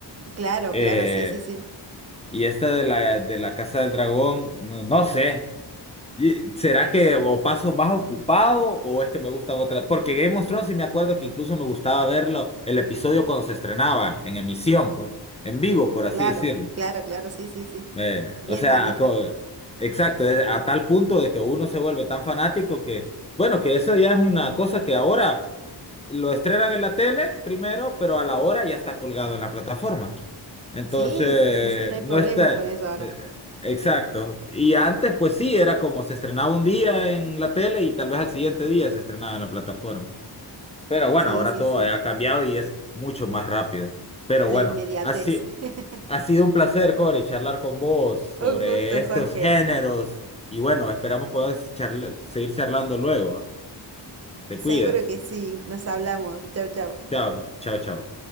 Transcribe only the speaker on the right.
Claro,
claro, sí, sí, sí.
Claro,
claro, claro, sí, sí, sí.
Bien
manija.
Sí, sí, sí, sí, no hay problemas
con eso ahora.
Sí,
sí,
sí,
la
inmediatez.
<laughs>
Un gusto,
Jorge.
Seguro
que sí, nos hablamos. Chau, chau.